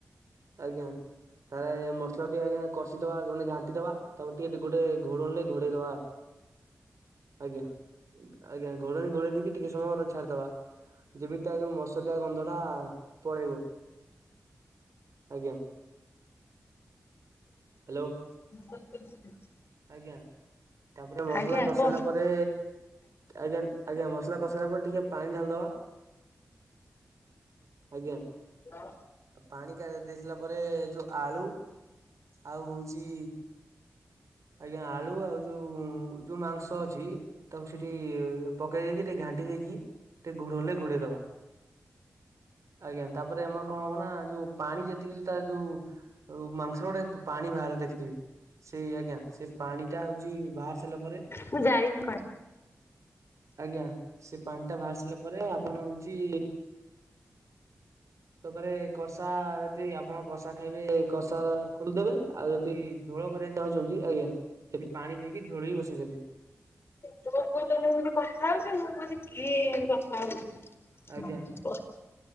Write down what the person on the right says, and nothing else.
ଆଜ୍ଞା। ତାପରେ ମସଲା ଟିକେ ଆଜ୍ଞା କଷିଦବା ମାନେ ଘାଣ୍ଟି ଦବା ତାପରେ ଟିକେ ଗୋଟେ ଘୋଡ଼ଣି ଲେ ଘୋଡ଼େଇଦବା। ଆଜ୍ଞା ଆଜ୍ଞା ଘୋଡ଼ଣି ଘୋଡ଼େ ଦେଇକି ଟିକେ ସମୟର ଛାଡିଦବା ଯେମିତି ତା ଯୋଉ ମସଲଆ ଗନ୍ଧ ଟା ପଳେଇବ ଆଜ୍ଞା। ହ୍ୟାଲୋ।
ଆଜ୍ଞା ତାପରେ ମସଲା
କସିସାଇଲା
ପରେ ଆଜ୍ଞା ଆଜ୍ଞା ମସଲା କଷିସାରିଲା ପରେ ଟିକେ ପାଣି ଢାଲିଦବା। ଆଜ୍ଞା
ପାଣି କାଢି ଦେଇସାରିଲା ପରେ ଯୋଉ ଆଳୁ ଆଉ ହଉଛି ଆଜ୍ଞା ଆଳୁ ଆଉ ଯୋଉ ଯୋଉ ମାଂସ ଅଛି ତାକୁ ସେଠି ପକେଇ ଦେଇକି ଟିକେ ଘାଣ୍ଟି ଦେଇକି ଟିକେ ଘୋଡ଼େଇ ଦବ। ଆଜ୍ଞା ତାପରେ ଆମର କଣ ହବ ନା ଯୋଉ ପାଣି ଯେତିକି ତା ଯୋଉ ଆଉ ମାଂସର ଗୋଟେ ପାଣି ବାହାରେ ଦେଖିଥିବେ। ସେଇ ଆଜ୍ଞା ସେ ପାଣି ଟା ହଉଛି ବାହାରି ସାରିଲା ପରେ
ଆଜ୍ଞା ସେ ପାଣି ଟା ବାହାରି ସାରିଲା ପରେ ଆପଣ ହଉଛି ତାପରେ କଷା ଯଦି ଆପଣ କଷା ଖାଇବେ କଷା ଖୋଲିଦେବେ। ଆଉ ଯଦି ଝୋଳ କରିବାକୁ ଚାହୁଁଛନ୍ତି ଆଜ୍ଞା ସେଠି ପାଣି ଦେଇକି ଝୋଳ ବି ବସେଇ ପାରିବେ।
ଆଜ୍ଞା